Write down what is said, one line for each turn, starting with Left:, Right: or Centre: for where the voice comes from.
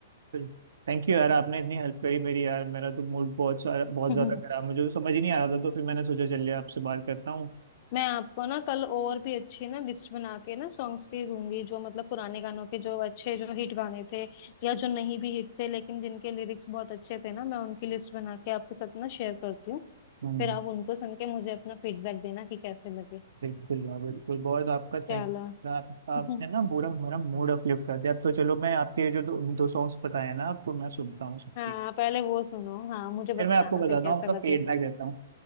Right: बिल्कुल थैंक यू यार आपने इतनी हेल्प करी मेरी यार मेरा तो मूड बहुत सारा बहुत
Left: <laughs>
Right: ज्यादा खराब मुझे तो समझ ही नहीं आ रहा था तो फिर मैंने सोचा चलिए आपसे बात करता हूँ
Left: मैं आपको ना कल और भी अच्छी ना लिस्ट बना के ना सॉन्ग्स की दूंगी जो मतलब पुराने गानों के जो अच्छे जो हिट गाने थे या जो नहीं भी हिट थे लेकिन जिनके लिरिक्स बहुत अच्छे थे ना मैं उनकी लिस्ट बना के आपके साथ ना शेयर करती हूँ
Right: हम्म।
Left: फिर आप उनको सुन के मुझे अपना फीडबैक देना कि कैसे लगे
Right: बिल्कुल यार बिल्कुल बहुत आपका
Left: चलो
Right: थैंक आप, आपने
Left: <laughs>
Right: ना पूरा मेरा मूड अपलिफ्ट कर दिया अब तो चलो मैं आपके जो दो, दो सॉन्ग्स बताए हैं ना आपको मैं सुनता हूँ सबके।
Left: हाँ पहले वो सुनो हाँ मुझे बताना
Right: फिर मैं आपको बताता
Left: फिर कैसा
Right: हूँ आपका
Left: लगे
Right: फीडबैक देता हूँ